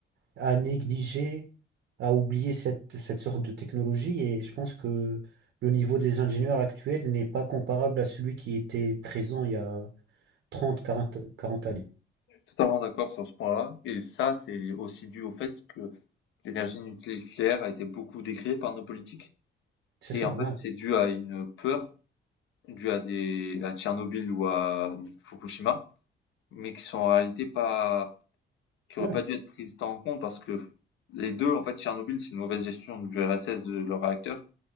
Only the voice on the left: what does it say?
totalement d'accord sur ce point-là. Et ça, c'est aussi dû au fait que L'énergie nucléaire a été beaucoup décriée par nos politiques
et
en
fait, c'est dû à une peur due à des à Tchernobyl ou à Fukushima, mais qui sont en réalité pas qui
auraient pas dû être prises tant en compte parce que les deux, en fait, Tchernobyl, c'est une mauvaise gestion de l'URSS de leur réacteur